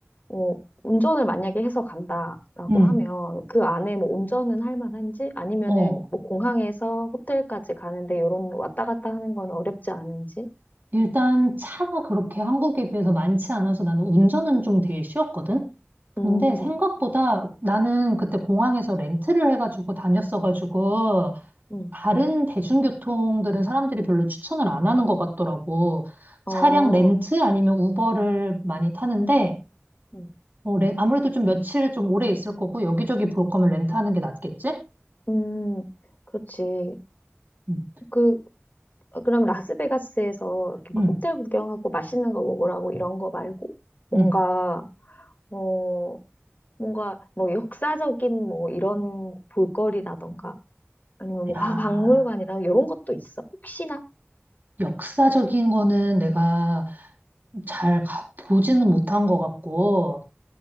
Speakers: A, on the left (about 35°); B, on the right (about 40°).
A: 어, 운전을 만약에 해서 간다라고
B: 응.
A: 하면 그 안에 뭐 운전은 할 만한지 아니면은
B: 어.
A: 뭐 공항에서 호텔까지 가는데 요런 왔다 갔다 하는 건 어렵지 않은지?
B: 일단 차가 그렇게 한국에 비해서 많지 않아서 나는 운전은 좀 되게 쉬웠거든? 근데
A: 음,
B: 생각보다 나는 그때 공항에서 렌트를 해가지고 다녔어가지고
A: 음,
B: 다른 대중교통들은 사람들이 별로 추천을 안 하는 것 같더라고.
A: 어,
B: 차량 렌트 아니면 우버를 많이 타는데
A: 음.
B: 어, 레- 아무래도 좀 며칠 좀 오래 있을 거고 여기저기 볼 거면 렌트하는 게 낫겠지?
A: 음, 그렇지.
B: 응,
A: 그, 그럼 라스베가스에서 이렇게 막
B: 응,
A: 호텔 구경하고 맛있는 거 먹으라고 이런 거 말고 뭔가,
B: 응.
A: 어, 뭔가 뭐 역사적인 뭐 이런 볼거리라던가 아니면 뭐
B: 야,
A: 과- 박물관이랑 이런 것도 있어? 혹시나?
B: 역사적인 거는 내가 잘 가- 보지는 못한 것 같고,